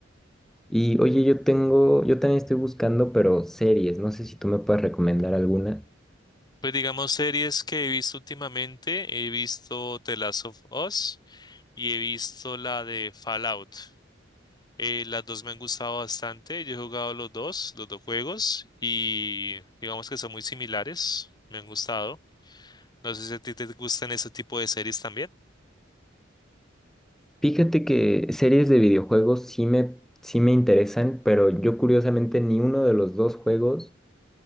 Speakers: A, in the centre; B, on the left.
A: Y oye, yo tengo, yo también estoy buscando, pero series, no sé si tú me puedes recomendar alguna.
B: Pues digamos series que he visto últimamente, he visto The Last of Us y he visto la de Fallout. Eh, las dos me han gustado bastante, yo he jugado los dos, los dos juegos y digamos que son muy similares, me han gustado. No sé si a ti te gustan ese tipo de series también.
A: Fíjate que series de videojuegos sí me, sí me interesan, pero yo curiosamente ni uno de los dos juegos